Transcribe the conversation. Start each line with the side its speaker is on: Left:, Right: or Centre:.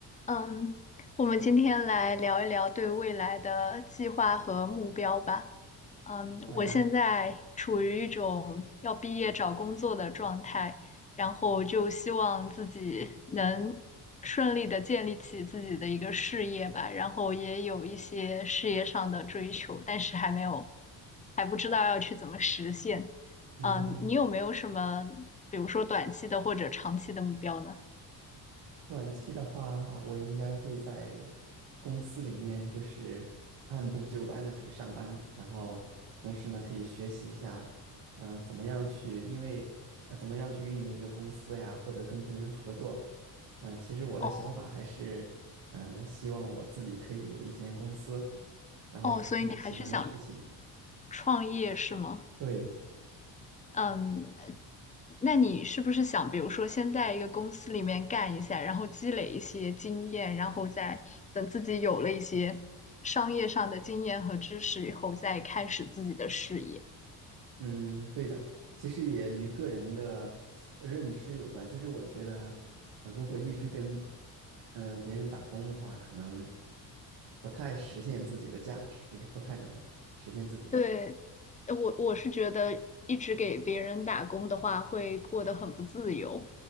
Left: 嗯，我们今天来聊一聊对未来的计划和目标吧。嗯，
Right: 好呀，
Left: 我现在处于一种要毕业找工作的状态，然后就希望自己能顺利的建立起自己的一个事业吧，然后也有一些事业上的追求，但是还没有，还不知道要去怎么实现。
Right: 嗯，
Left: 嗯，你有没有什么，比如说短期的或者长期的目标呢？
Right: 短期的话，我应该会在公司里面就是 <laughs> 按部就班的去上班，然后同时呢，可以学习一下，呃，怎么样去，因为呃，怎么样去运营一个公司呀，或者跟别人合作，嗯、其实我的想法还是，
Left: 哦，
Right: 嗯、希望我自己可以有一间公司，然后做自己喜欢的事情。
Left: 哦，所以你还是想创业是吗？
Right: 对，
Left: 嗯，那你是不是想，比如说先在一个公司里面干一下，然后积累一些经验，然后再等自己有了一些商业上的经验和知识以后，再开始自己的事业？
Right: 嗯，对的，其实也与个人的呃认知有关。就是我觉得，呃如果一直跟嗯、呃别人打工的话，可能不太实现自己的价值，就是不太能实现自己的价值。
Left: 对，呃我我是觉得一直给别人打工的话，会过得很不自由。